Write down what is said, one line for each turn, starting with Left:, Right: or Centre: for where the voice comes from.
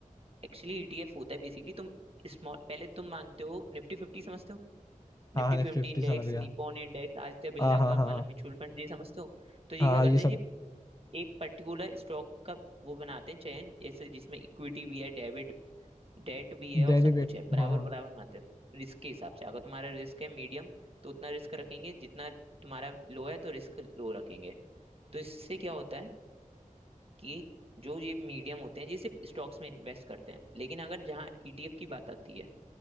Right: एक्चुअली ईटीएफ होता है बेसिकली तुम स्मॉल पहले तुम मानते हो निफ्टी फिफ्टी समझते हो Nifty
Left: हाँ हाँ निफ्टी
Right: fifty
Left: फिफ्टी
Right: index
Left: समझ गया
Right: Nippon index Aditya Birla
Left: हाँ हाँ
Right: का
Left: हाँ
Right: मतलब
Left: हाँ
Right: म्यूचुअल फंड ये समझते हो तो ये
Left: हाँ
Right: क्या
Left: हाँ,
Right: करते
Left: ये सब
Right: हैं ये एक पर्टिकुलर स्टॉक का वो बनाते हैं चयन जैसे जिसमें इक्विटी भी है डेबिट डेट भी है
Left: डेली
Right: और सब
Left: पे
Right: कुछ है बराबर
Left: हाँ
Right: बराबर बनाते हैं रिस्क के हिसाब से अगर तुम्हारा रिस्क है मीडियम तो उतना रिस्क रखेंगे जितना तुम्हारा लो है तो रिस्क लो रखेंगे तो इससे क्या होता है कि जो ये मीडियम होते हैं ये सिर्फ स्टॉक्स में इन्वेस्ट करते हैं लेकिन अगर जहाँ ईटीएफ की बात आती है